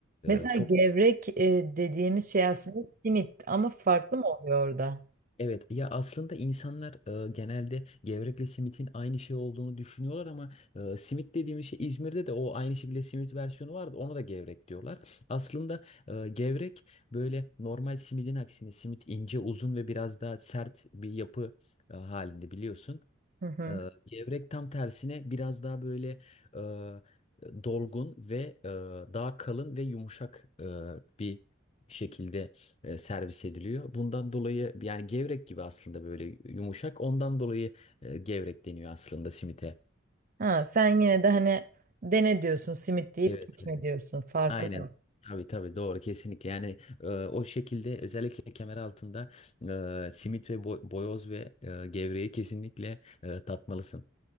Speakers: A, on the right; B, on the left.
A: Mesela
B: E, çok
A: gevrek e, dediğimiz şey aslında simit ama farklı mı oluyor orada?
B: Evet ya aslında insanlar e, genelde gevrekle simitin aynı şey olduğunu düşünüyorlar ama e, simit dediğimiz şey İzmir'de de o aynı şekilde simit versiyonu vardı ona da gevrek diyorlar. Aslında e, gevrek böyle normal simidin aksine simit ince uzun ve biraz daha sert bir yapı e, halinde biliyorsun.
A: Hı hı.
B: Ee, gevrek tam tersine biraz daha böyle e, dolgun ve e, daha kalın ve yumuşak e, bir şekilde e, servis ediliyor. Bundan dolayı yani gevrek gibi aslında böyle yumuşak. Ondan dolayı e, gevrek deniyor aslında simite.
A: Ha, sen yine de hani dene diyorsun simit deyip
B: Evet,
A: geçme
B: evet.
A: diyorsun. Farkı
B: Aynen.
A: var.
B: Tabii tabii doğru kesinlikle yani e, o şekilde özellikle kemer altında e, simit ve bo- boyoz ve e, gevreği kesinlikle e, tatmalısın.